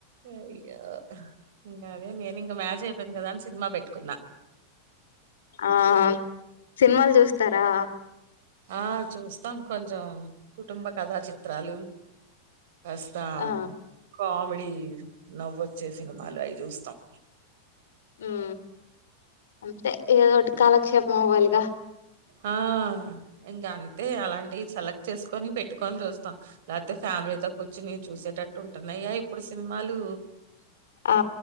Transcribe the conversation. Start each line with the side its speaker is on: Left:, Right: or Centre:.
Right: అయ్యో ఇంకా అదే నేను ఇంక మ్యాజ్ అయిపోయింది కదా అని సినిమా పెట్టుకున్నా
Left: ఆ సినిమాలు చూస్తారా
Right: ఆ చూస్తాం కొంచెం కుటుంబ కథా చిత్రాలు అస్తా
Left: ఆ
Right: కామి నవ్వొచ్చే సినిమాలు అవి చూస్తాం
Left: ఉ అంతే ఏదో ఒకటి కాలక్షేపం అవ్వాలిగా
Right: ఆ ఇంకా అంతే అలాంటివి సెలెక్ట్ చేసుకొని పెట్టుకని చూస్తాం లేకపోతే ఫ్యామిలీతో కూర్చొని చూసేటట్టు అంటనయ్యా ఇప్పుడు సినిమాలు
Left: ఆ